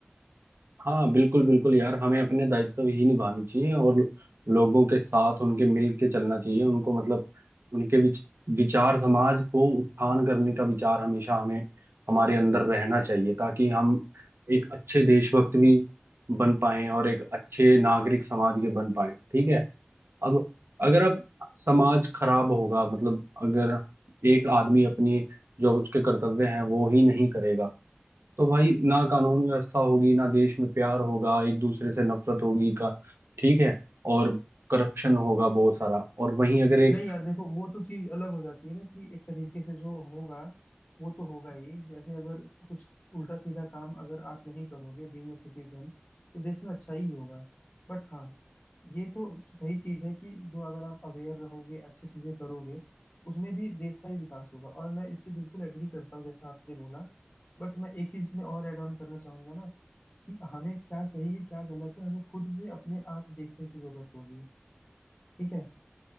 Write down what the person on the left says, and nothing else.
नहीं यार देखो वो तो चीज अलग हो जाती है ना कि एक तरीके से जो होगा वो तो होगा ही जैसे अगर कुछ उल्टा सीधा काम अगर आप नहीं करोगे बीइंग अ सिटीजन तो देश में अच्छा ही होगा बट हाँ ये तो सही चीज है कि जो अगर आप अवेयर रहोगे अच्छी चीजें करोगे उसमें भी देश का ही विकास होगा और मैं इससे बिल्कुल एग्री करता हूँ जैसा आपने बोला बट मैं एक चीज इसमें और एड ऑन करना चाहूंगा ना कि हमें क्या सही है क्या गलत है हमें खुद से अपने आप देखने की जरूरत होगी ठीक है